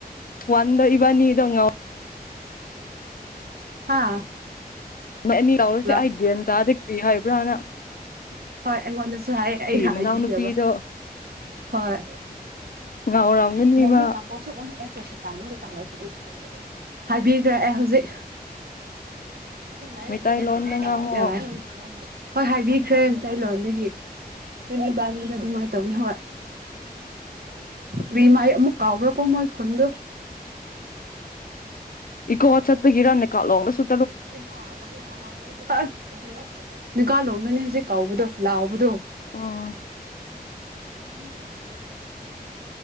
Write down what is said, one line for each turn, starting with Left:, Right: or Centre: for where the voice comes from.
Left: ꯋꯥꯟ ꯏꯕꯅꯤ ꯑꯗꯨꯉ
Right: ꯍꯥꯥ
Left: ꯅ ꯑꯦꯅꯤ ꯌꯥ ꯂꯧꯎꯔꯁꯦ
Right: ꯂ
Left: ꯑꯩꯒꯦꯅ ꯇꯥꯗ ꯑꯌꯥ ꯏꯕ꯭ꯔꯑꯣꯅ
Right: ꯎ <unintelligible> ꯍꯣꯏ ꯑꯩꯉꯣꯟꯗꯁꯨ ꯍꯥꯏꯌꯦ ꯑꯩꯅ
Left: ꯃꯅꯥꯎꯅꯨꯄꯤꯗꯣ
Right: ꯍꯥꯏꯕꯤꯗꯕ ꯍꯣꯏ
Left: ꯉꯥꯎꯔꯝꯒꯅꯤ
Right: ꯅꯅꯤ
Left: ꯃꯥ
Right: ꯀꯥꯡꯥꯄꯣꯛꯁꯨ ꯑꯃꯝꯃꯛꯑꯦ ꯍꯥꯏꯕꯤꯈ꯭ꯔꯦ ꯑꯦ ꯍꯧꯖꯤꯛ ꯍꯅ
Left: ꯃꯩꯇꯩꯂꯣꯟꯗ ꯉꯥꯡꯉꯣ
Right: ꯍꯣꯏ ꯍꯥꯏꯕꯤ ꯈꯔꯦ ꯃꯇ ꯂꯣꯟꯗꯒꯤ ꯅꯅꯦꯕꯥꯅꯤꯅ ꯑꯗꯨꯃꯥꯏꯅ ꯇꯧꯅꯤ ꯍꯣꯏ ꯔꯤꯃꯥꯏ ꯑꯃꯨꯛ ꯀꯥꯎꯕ꯭ꯔꯥꯀꯣ ꯃꯣꯏ ꯈꯨꯟꯗꯣ
Left: ꯏꯣ ꯍ ꯁꯠꯇꯒꯤꯦꯔꯥ ꯅꯀꯥꯂꯣꯅ ꯁ
Right: ꯣ <unintelligible> ꯀꯥꯂꯣꯡꯗꯅꯦ ꯍꯧꯖꯤꯛ ꯀꯥꯎꯕꯗꯣ ꯂꯥꯛꯕꯗꯣ
Left: ꯑꯣ
Right: <unintelligible>